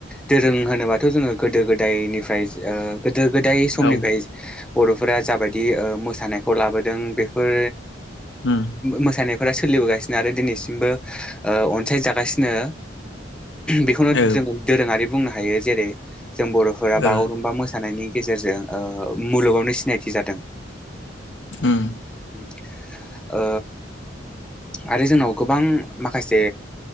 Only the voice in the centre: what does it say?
दोरों होनोबाथ' जोंङो गोदो गोदायनिफ्राय ओ गोदो गोदाय समनिफाय
बर'फोरा जाबायदि ओ मोसानायखौ लाबोदों बेफोर
मोसानाय फोरा सोलिबोगासिनो आरो दिनैसिमबो अनसायजागासिनो बेखौनो
जोंङो दोरोंङारि बुंनो हायो जेरै जों बर'फोरा
बागुरुम्बा मोसानायनि गेजेरजों ओ मुलुगावनो सिनायथि जादों।
ओ आरो जोंनाव गोबां माखासे